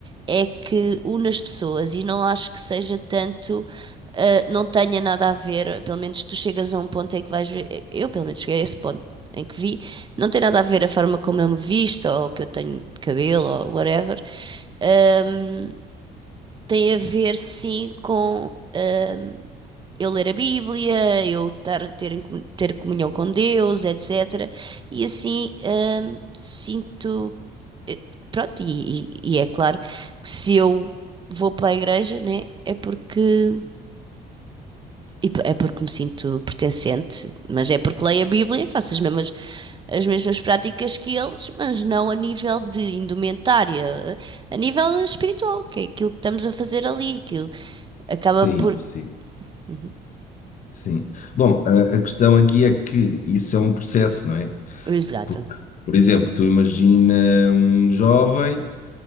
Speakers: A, on the right; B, on the left.
A: é que une as pessoas e não acho que seja tanto, ah, não tenha nada a ver, pelo menos tu chegas a um ponto em que vais ver, eu pelo menos cheguei a esse ponto em que vi, não tem nada a ver a forma como eu me visto ou que eu tenho cabelo ou whatever, Ahm, tem a ver sim com ahm, eu ler a Bíblia, eu estar, a ter, em comu- ter comunhão com Deus, etc. E assim, hum, sinto. eh, Pronto, e, e- e é claro que se eu vou para a igreja, né, é porque. e p- É porque me sinto pertencente, mas é porque leio a Bíblia e faço as mesmas, as mesmas práticas que eles, mas não a nível de indumentária, a nível espiritual, que é aquilo que estamos a fazer ali, aquilo acaba
B: Sim,
A: por.
B: sim,
A: Uhum,
B: sim. Bom, a, a questão aqui é que isso é um processo, não é?
A: Exato.
B: Por, por exemplo, tu imagina um jovem